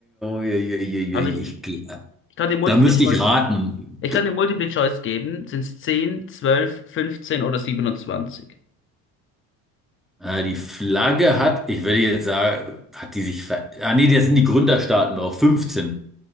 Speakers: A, in the centre; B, on the left.
A: Ich,
B: Also ich,
A: geh-
B: ich, ich kann dir Multiple
A: da müsste
B: Choice,
A: ich raten.
B: ich kann dir Multiple Choice geben. Sind es 10, 12, 15 oder 27?
A: Äh, die Flagge hat, ich würde jetzt sagen, hat die sich ver... Ah nee, da sind die Gründerstaaten drauf, 15.